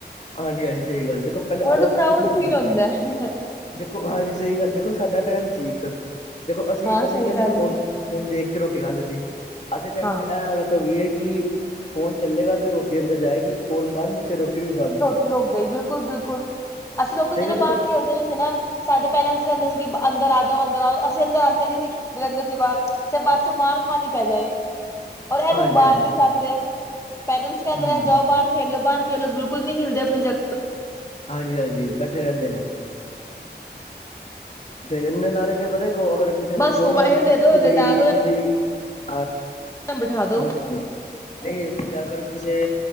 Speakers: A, on the left; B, on the left.
A: ਹਾਂਜੀ-ਹਾਂਜੀ, ਸਹੀ ਗੱਲ ਏ। ਦੇਖੋ ਪਹਿਲੇ
B: ਉਹਨਾਂ
A: ਆਦਤ
B: ਨੂੰ ਪ੍ਰਾਊਡ
A: ਖੁਦ ਹੀ ਲਗਾਦੇ
B: ਫੀਲ ਹੁੰਦਾ
A: ਨੇ।
B: ਹੈ।
A: ਦੇਖੋ ਹਾਂਜੀ ਸਹੀ ਗੱਲ। ਦੇਖੋ ਸਾਡਾ ਟਾਈਮ ਸੀ ਇੱਕ, ਦੇਖੋ ਅਸੀਂ,
B: ਹਾਂ
A: ਅਸੀਂ
B: ਸਹੀ
A: ਤੇ ਨਹੀਂ
B: ਗੱਲ
A: ਫੋਨ
B: ਹੈ
A: ਹੁਣ ਦੇਖ ਕੇ ਰੋਟੀ ਖਾਂਦੇ ਸੀ, ਅੱਜ ਦੇ ਟਾਈਮ
B: ਹਾਂ
A: ਚ' ਇਹ ਹਾਲਤ ਹੋ ਗਈ ਹੈ। ਕਿ ਫੋਨ ਚੱਲੇਗਾ ਤੇ ਰੋਟੀ ਅੰਦਰ ਜਾਏਗੀ, ਫੋਨ ਬੰਦ ਤੇ ਰੋਟੀ ਵੀ ਬੰਦ।
B: ਰੁੱਕ ਗਈ, ਬਿਲਕੁਲ- ਬਿਲਕੁਲ। ਅਸੀਂ ਲੋਕ ਤਾਂ
A: ਠੀਕ
B: ਚਲੋ
A: ਹੈ ਦੇਖੋ
B: ਬਾਹਰ ਖੇਲਦੇ ਵੀ ਸੀ ਨਾ। ਸਾਡੇ ਪੇਰੈਂਟਸ ਕਹਿੰਦੇ ਸੀ ਕਿ ਅੰਦਰ ਆ ਜਾਓ, ਅੰਦਰ ਆਓ। ਅਸੀਂ ਅੰਦਰ ਆਉਂਦੇ ਨੀ ਸੀ, ਘੁੰਮਦੇ ਰਹਿੰਦੇ ਸੀ ਬਾਹਰ। ਚਾਹੇ ਬਾਅਦ ਚੋਂ ਮਾਰ ਖਾਣੀ ਪੈ ਜਾਏ। ਔਰ ਇਹ
A: ਹਾਂਜੀ
B: ਲੋਕ ਬਾਹਰ
A: ਹਾਂਜੀ
B: ਨੀ ਜਾਂਦੇ। ਪੇਰੈਂਟਸ ਕਹਿੰਦੇ
A: ਹਮ
B: ਰੈਂਦੇ ਜਾਓ ਬਾਹਰ ਖੇਲੋ, ਬਾਹਰ ਖੇਲ। ਖੇਲੌ, ਬਿਲਕੁਲ ਨਹੀਂ ਹਿਲਦੇ ਆਪਣੀ ਜਗਾ
A: ਹਾਂਜੀ ਹਾਂਜੀ, ਬੈਠੇ ਰਹਿੰਦੇ ਨੇ ਤੇ ਇਹਦੇ ਨਾਲੇ ਫੇਰ ਪਤਾ ਕਹੋ। ਅਗਰ ਕਿਸੇ ਨੂੰ
B: ਬਸ
A: ਕਹੋ
B: ਮੋਬਾਇਲ
A: ਨਾ
B: ਦੇ ਦੋ
A: ਕੀ ਬਈ
B: ਲਿਟਾ ਦੋ
A: ਤੁਸੀਂ ਹਾਂ,
B: ਜਾਂ ਬਿਠਾ ਦੋ
A: ਹੂੰ-ਹੂੰ ਨਹੀਂ ਜਾ ਕਰ, ਕਿਸੇ